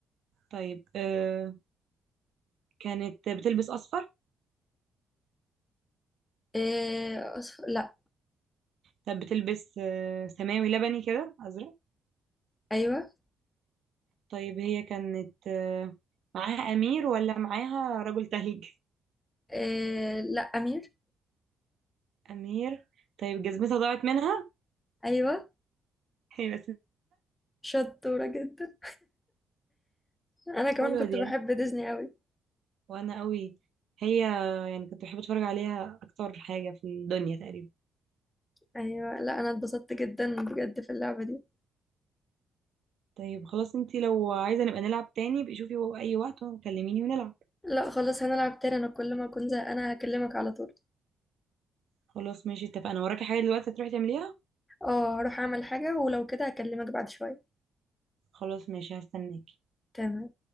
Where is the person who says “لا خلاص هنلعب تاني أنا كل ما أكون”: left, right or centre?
Left